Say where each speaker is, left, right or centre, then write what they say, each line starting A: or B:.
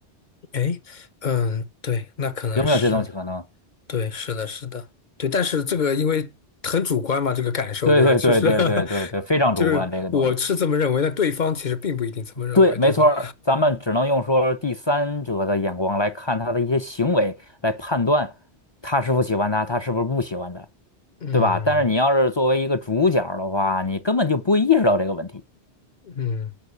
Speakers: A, on the left; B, on the left.
A: 哎，嗯，对，那可能是
B: 有没有这种可能？
A: 对，是的，是的，对。但是这个因为很主观嘛，这个感受，
B: 对对对对对对对，
A: 对吧？就是 <laughs>
B: 非常主观这个东西。
A: 就是我是这么认为，但对方其实并不一定这么认为，
B: 对，没错儿，
A: 对吧？
B: 咱们只能用说第三者的眼光来看他的一些行为，来判断他是否喜欢他，他是不是不喜欢他，
A: 嗯
B: 对吧？但是你要是作为一个主角儿的话，你根本就不会意识到这个问题。
A: 嗯。